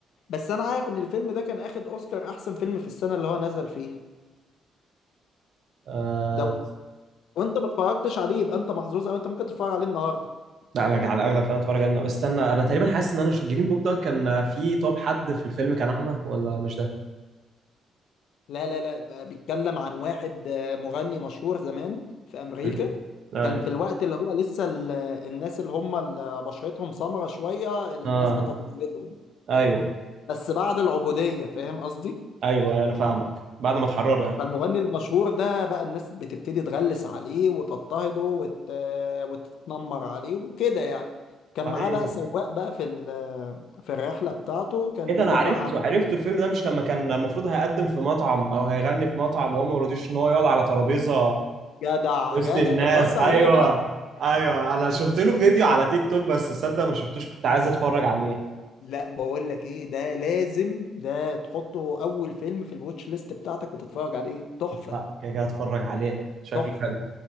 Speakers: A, on the left; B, on the right.
A: بس انا عارف ان الفيلم ده كان اخد اوسكار احسن فيلم في السنه اللي هو نزل فيها
B: آه
A: لو انت ما اتفرجتش عليه يبقى انت محظوظ او انت ممكن تتفرج عليه النهارده
B: لا انا على الاغلب فعلا اتفرج عليه بس استنى انا تقريبا حاسس ان انا شو- جرين بوك ده كان في طب حد في الفيلم كان اعمى ولا مش ده
A: لا لا لا ده بيتكلم عن واحد آه، مغني مشهور زمان في أمريكا
B: امم ايوه
A: كان في الوقت اللي هو لسه ال- الناس اللي هم اللي بشرتهم سمرة شوية الناس
B: اه
A: بتضطهدهم
B: ايوه
A: بس بعد العبودية فاهم قصدي؟
B: ايوه ايوه انا فاهمك بعد ما اتحرروا يعني
A: فالمغني المشهور ده بقى الناس بتبتدي تغلس عليه وتضطهده وت... وتتنمر عليه وكده يعني كان
B: ايوه
A: معاه بقى سواق بقى في ال... في الرحلة بتاعته كان
B: ايه
A: بيدافع
B: ده انا عرفته
A: عنه
B: عرفته الفيلم ده مش لما كان المفروض هيقدم في مطعم او هيغني في مطعم وهو ما رضيش ان هو يقعد على ترابيزه
A: جدع
B: وسط
A: جدع
B: الناس
A: انت اتفرجت
B: <laughs> ايوه
A: عليه
B: ايوه انا شفت له فيديو على تيك توك بس تصدق ما شفتوش كنت عايز اتفرج عليه
A: لا بقول لك ايه ده لازم ده تحطه اول فيلم في الواتش ليست بتاعتك وتتفرج عليه تحفة
B: لا كده كده اتفرج عليه شكله
A: تحفة
B: حلو